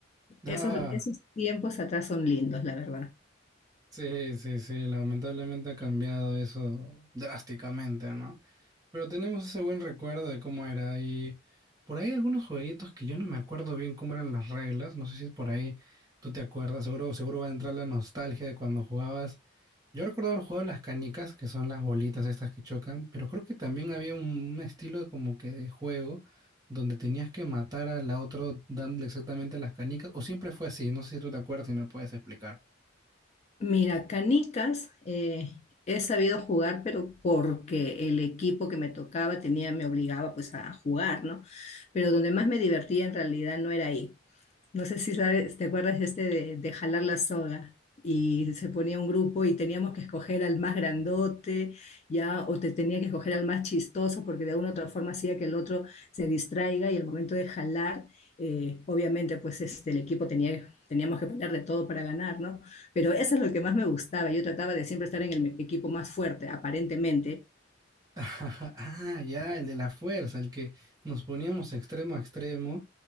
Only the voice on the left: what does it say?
Esos,
esos tiempos atrás son lindos, la verdad.
Mira, canicas eh, he sabido jugar, pero porque el equipo que me tocaba tenía, me obligaba pues a jugar, ¿no? Pero donde más me divertía en realidad no era ahí. No sé si sabes, te acuerdas este de, de jalar la soga. Y se ponía un grupo y teníamos que escoger al más grandote, ya, o te tenía que escoger al más chistoso, porque de alguna u otra forma hacía que el otro se distraiga y al momento de jalar, eh, obviamente, pues este, el equipo tenía, teníamos que poner de todo para ganar, ¿no? Pero eso es lo que más me gustaba. Yo trataba de siempre estar en el equipo más fuerte, aparentemente,